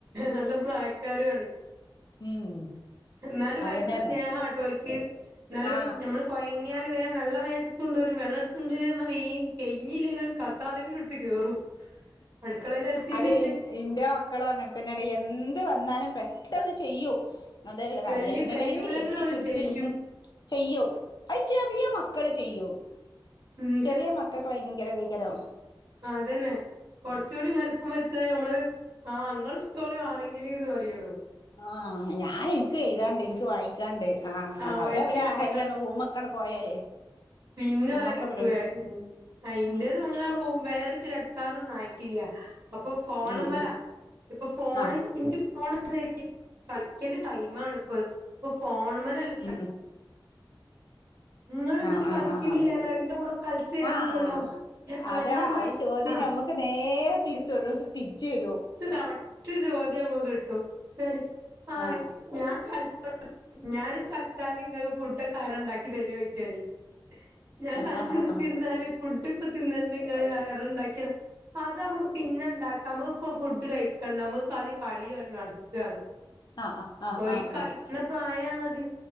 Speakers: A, on the right (about 45°); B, on the left (about 55°).
A: നല്ല പ്രായക്കാരുആണ്.
B: ഉം
A: എന്നാലും
B: അതന്നെ
A: വയങ്കര
B: പറഞ്ഞെ.
A: സ്നേഹാട്ടോ ഓല്ക്ക്. ഇന്നാലും
B: ആ
A: നമ്മള് കൊയങ്ങിയാൽ വേം വെള്ളം വേം ഇട്തൊണ്ടരും, വെള്ളം ഇട്ത്തൊണ്ടര് പർഞ്ഞാ വേം കയിഞ്ഞില്ലെങ്ങള് ക തലേലിട്ട് കേറും. അടുക്കളേല് എത്തിയിട്ട്
B: അത്കയ്ഞ്ഞ് ഇന്റെ മക്കളു അങ്ങൻത്തന്നേണ്. എന്ത് വന്നാലും പെട്ടെന്ന് ചെയ്യും <unintelligible>
A: ചെയ്യും
B: എ ന്നങ്ങനെങ്കിലും
A: കയ്യൂലെങ്കിലും
B: എത്തിപ്പിടിച്ച്
A: ഓല് ചെയ്യും
B: ചെയ്യും, അയ് ചെറിയമക്കള് ചെയ്യും.
A: ഉം
B: ചെറിയ മക്കക്ക് ഭയങ്കര തെയ്കരം
A: ആഹ് അതെന്നെ കൊറച്ചൂടി വൽപ്പം വെച്ചാ ഞമ്മള്, ആ ഇങ്ങള്ട്ത്തോളി വാണെങ്കില്ന്ന് പറയൊള്ളൂ.
B: ആഹ് ഞാൻ എനിക്കെയ്താന്ണ്ട് എനിക്ക് വായിക്കാന്ണ്ട് ആ
A: ആഹ്
B: അവര്
A: വഴിക്കാണ്ട്
B: അവര് എല്ലാരും റൂമ്ക്കങ്ങ്ണ്ട് പോയാലേ
A: പിന്നോലെ
B: നമ്മക്ക്
A: കിട്ടൂല
B: അവരെ
A: മ്. അ ഇന്റെതുഅങ്ങനെ
B: ഉം
A: റൂം വേറിട്ട് കെടത്താനൊന്നായിട്ടില്ല. അപ്പൊ ഫോണ്
B: ഉം
A: മ്മലാ
B: ഉം
A: ഇപ്പൊ ഫോണ്
B: ആഹ്
A: ഇൻക്ക് ഫോണ് <unintelligible> കളിക്കണ്ട ടൈമാണിപ്പത്. ഇപ്പൊ ഫോണ്മ്മലല്ല
B: ഉം ഉം
A: ഇങ്ങള്ന്ന്ട്ട്
B: ആഹ്
A: കളിക്ക്ണില്ലല്ലോ,
B: ആഹ് ആഹ് ആഹ്
A: ഇന്റെ കൂടെ കൾച്ചെര്നില്ലല്ലോ,
B: ആഹ്
A: ആഹ്
B: അതാ
A: ഞാൻ പറിം
B: അത് ചോദ്യം
A: ആഹ്
B: ഞമ്മക്ക് നേരെ തിര്ച്ച് ഒരൂസം തിര്ച്ചു വരും.
A: <unintelligible> കറക്റ്റ് ചോദ്യമ്മക്ക് കിട്ടും. <unintelligible> ആ
B: ആഹ്
A: ഞാൻ കൾ ഞാന് കളിച്ചാല് ഇങ്ങക്ക് ഫുഡൊക്കാരാ ഇണ്ടാക്കി തര്ആ ചോയ്ക്കാന് ഞാൻ
B: ആഹ്
A: കളിച്ച്
B: ആഹ് ആഹ്
A: കുത്തിരുന്നാല്, ഫുഡ് ഇപ്പതിന്നണ്ടങ്ങള് ആഹാരണ്ടാക്യര അതമുക്ക് പിന്നണ്ടാക്കാ, നമ്ക്ക്പ്പൊ ഫുഡ് കഴിക്കണ്ട നമക്ക് കളി കളി <unintelligible> നടക്ക
B: ആഹ് ആഹ്
A: ഓൽക്ക്
B: ആഹ്
A: കളിക്ക്ണ
B: ആഹ്
A: പ്രായാണത്